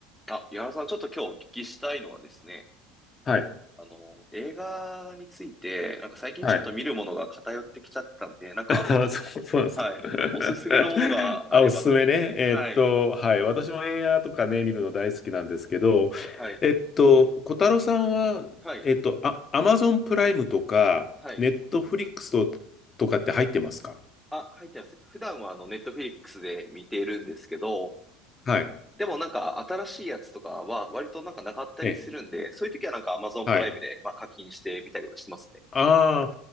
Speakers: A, in the centre; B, on the left (about 35°).
A: あ、井原さん、ちょっと今日お聞きしたいのはですね、
B: はい。
A: あの、映画について、なんか最近ちょっと見るものが偏ってきちゃってたんで、
B: はい。<laughs>
A: なんか、
B: あ、そう、そうなんですか。
A: はい、おすすめのものがあればと思って、
B: <laughs> あ、おすすめね。えっと、
A: はい、
B: はい。私も映画とかね、見るの大好きなんですけど、
A: で、はい、
B: えっと、小太郎さんは、
A: はい、
B: えっと、あ、アマゾンプライムとか、
A: はい。
B: ネットフリックスと、とかって入ってますか
A: あ、入ってます。普段はあの、ネットフリックスで見ているんですけど、
B: はい。
A: でもなんか新しいやつとかは割となんかなかったりするんで、
B: ええ、
A: そういう時はなんか Amazon
B: はい。
A: プライムで、まあ、課金してみたりはしますね。
B: あ